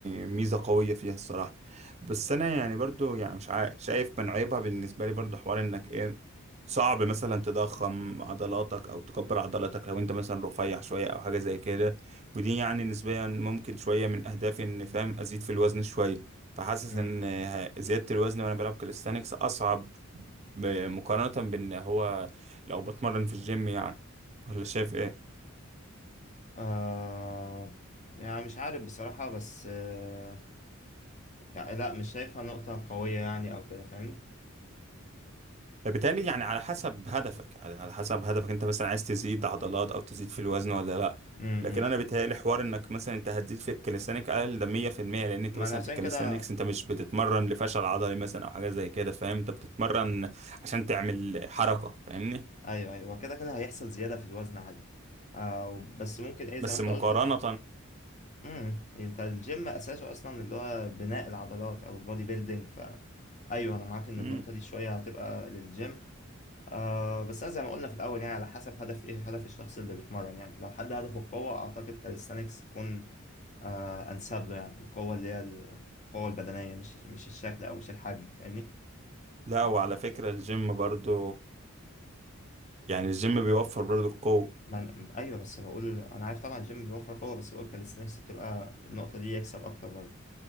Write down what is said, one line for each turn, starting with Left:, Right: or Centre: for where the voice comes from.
Right: ميزة قوية فيها الصراحة بس انا يعني برضو يعني مش عا- شايف من عيبها بالنسبة لي برضو حوار انك ايه صعب مثلا تضخم عضلاتك او تكبر عضلاتك لو انت مثلا رفيع شوية او حاجة زي كده ودي يعني نسبيا ممكن شوية من اهدافي ان فاهم ازيد في الوزن شوية فحاسس
Left: مم.
Right: ان ه- زيادة الوزن وانا بلعب كاليستانكس اصعب ب- مقارنة بان هو لو بتمرن في الجيم يعني ولا شايف ايه
Left: آه، يعني مش عارف بصراحة بس آه، يعني لا مش شايفها نقطة قوية يعني او كده فاهمني
Right: بالتالي يعني على حسب هدفك على على حسب هدفك انت مثلا عايز تزيد عضلات او تزيد في الوزن ولا لا
Left: مم.
Right: لكن
Left: مم.
Right: انا بيتهيألي حوار انك مثلا انت هتزيد في الكاليستانيك اقل ده 100% لان انت
Left: ما
Right: مثلا
Left: انا عشان
Right: في الكاليستانيكس
Left: كده
Right: انت مش بتتمرن لفشل عضلي مثلا او حاجه زي كده فاهم انت بتتمرن عشان تعمل حركه فاهمني
Left: ايوه ايوه كده كده هيحصل زياده في الوزن عادي آه بس ممكن ايه زي
Right: بس
Left: ما انت
Right: مقارنه
Left: قلت امم انت الجيم اساسه اصلا اللي هو بناء العضلات او البودي بيلدينج ف ايوه انا معاك ان
Right: مم،
Left: النقطه دي شويه هتبقى للجيم آه بس انا زي ما قلنا في الاول يعني على حسب هدف ايه هدف الشخص اللي بيتمرن يعني لو حد هدفه القوه اعتقد كاليستانكس تكون آه انسب له يعني القوه اللي هي القوه البدنيه مش مش الشكل او مش الحجم فاهمني
Right: لا وعلى فكره الجيم برضو يعني الجيم بيوفر برضو القوه
Left: ما أنا... ايوه بس بقول انا عارف طبعا الجيم بيوفر قوه بس بقول كاليستانكس بتبقى النقطه دي يكسب اكتر برضه